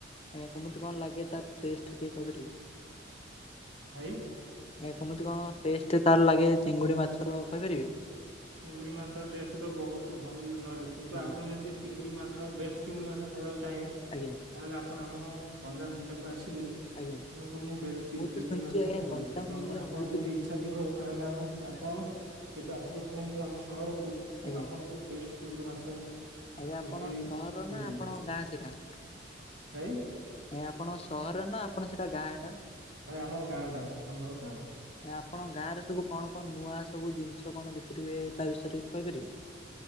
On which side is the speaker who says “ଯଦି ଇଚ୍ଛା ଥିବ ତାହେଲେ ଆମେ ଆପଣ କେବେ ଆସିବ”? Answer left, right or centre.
Right